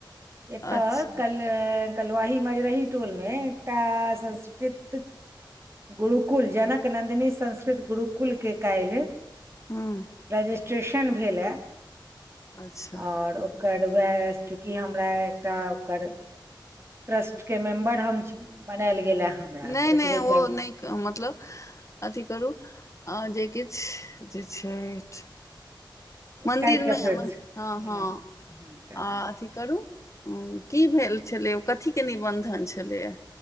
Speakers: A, on the right (about 30°); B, on the left (about 40°).
A: एत‌अ
B: अच्छा
A: कल कलुवाही मजरही टोलमे एकटा संस्कृत गुरुकुल जनक नन्दिनी संस्कृत गुरुकुलके कायल
B: हँ।
A: रजिस्ट्रेशन भेलाह
B: अच्छा
A: और ओकर वएह चुकी हम <unintelligible> ओकर ट्रस्ट के मेम्बर हम छी बनायल गेल ए हमरा
B: न‌इ
A: तऽ ओकरे
B: न‌इ
A: काल्हि
B: ओ न‌इ मतलब अथी करू। हा जे किछ जे छैथ। मन्दिरमे
A: काटि कऽ फेर
B: हँ-
A: हूँ
B: हँ आ अथी करू। की भेल छलै ओ कथीके निबन्धन छलैया